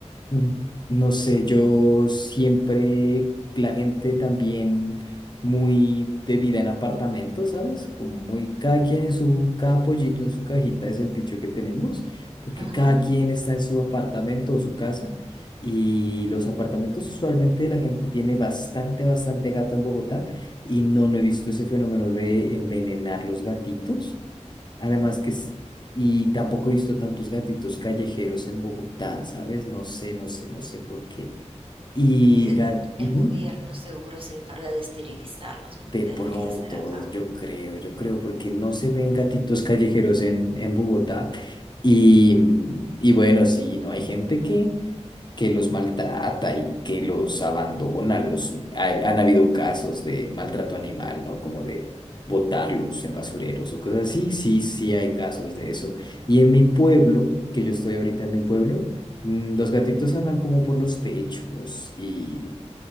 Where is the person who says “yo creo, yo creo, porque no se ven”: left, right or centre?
Left